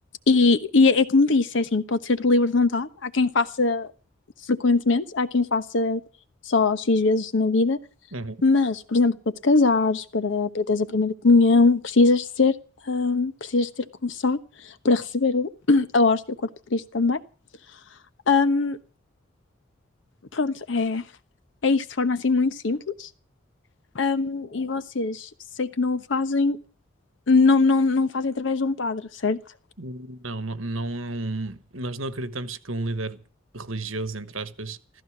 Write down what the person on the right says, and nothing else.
Uhum.
Não, não, não, é um- nós não acreditamos que um líder religioso, entre aspas,